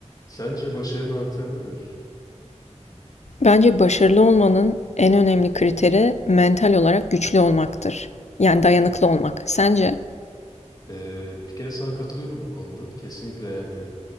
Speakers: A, on the left (about 30°); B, on the left (about 70°).
A: Sence başarının anahtarı nedir?
B: Bence başarılı olmanın en önemli kriteri mental olarak güçlü olmaktır. Yani dayanıklı olmak. Sence?
A: Ee, bir kere sana katılıyorum bu konuda. Kesinlikle yani